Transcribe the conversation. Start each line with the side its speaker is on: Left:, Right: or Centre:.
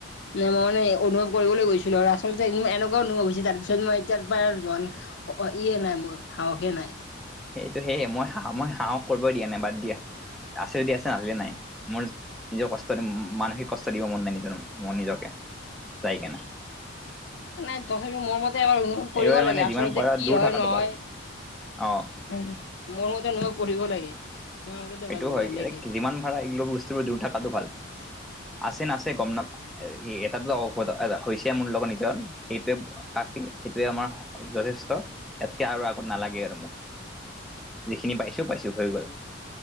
Left: নাই মই মানে অনুভৱ কৰিবলৈ গৈছিলোঁ আৰু আচলতে এনেকুৱা অনুভৱ হৈছে তাৰপিছত মই এতিয়াৰ পাই আৰু যোৱা অ, ইয়ে নাই মোৰ সাহসে নাই।
Centre: এই ত' সেয়ে মই হাঁ মই হাঁহক কৰবই দিয়া নাই বাদ দিয়া। আছে যদি আছে <unintelligible> নাই মোৰ নিজৰ কষ্ট <unintelligible> মানসিক কষ্ট দিব মন নাই নিজৰ নিজকে যাই কিনে।
Left: নাই তথাপিটো মোৰ মতে এবাৰ
Centre: সেইবাবে
Left: কৰিব লাগে
Centre: মানে যিমান
Left: আচলতে
Centre: পাৰা
Left: কি
Centre: দূৰ
Left: হয়
Centre: থকাটো
Left: নহয়
Centre: ভাল অ
Left: উম, মোৰ মতে নহয় পঢ়িব লাগে। তোমাৰ মতেতো
Centre: সেইটোও হয়
Left: বেলেগে
Centre: <unintelligible> যিমান ভাড়া এইগিলাক বস্তু দূৰ থাকাতো ভাল আছে নাছে গম নাপা <unintelligible> হৈছে মোৰ লগৰ নিজৰ সেইটোৱে কাফি সেইটোৱে আমাৰ যথেষ্ট এয়াতকে আৰু আগত নালাগে আৰু মোক যিখিনি পাইছো- পাইছো হৈ গ'ল।